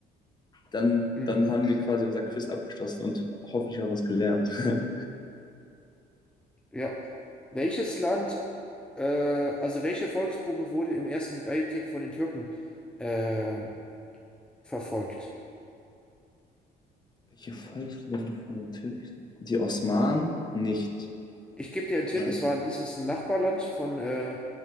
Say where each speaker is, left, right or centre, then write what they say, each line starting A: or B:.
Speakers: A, on the left; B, in the centre.
A: Dann,
B: mhm,
A: dann haben wir quasi unser Quiz abgeschlossen und hoffentlich auch was gelernt. <laughs>
B: ja, welches Land, äh, also welche Volksgruppe wurde im Ersten Weltkrieg von den Türken ähm, verfolgt?
A: Welche Volksgruppe wurde von den Türken? Die Osmanen? Nicht.
B: Ich gebe dir einen Tipp,
A: Nein.
B: es war, ein- ist es ein Nachbarland von äh,